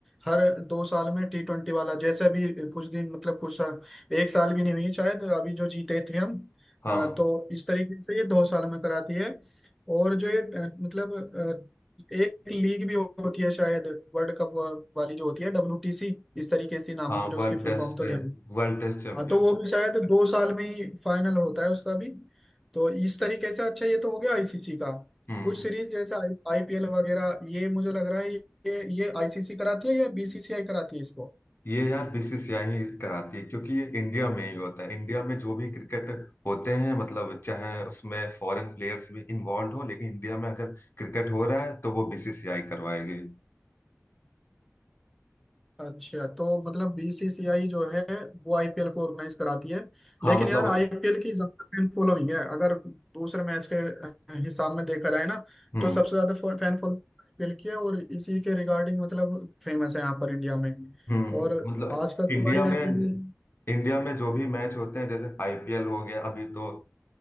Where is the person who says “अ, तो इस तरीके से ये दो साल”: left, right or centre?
Centre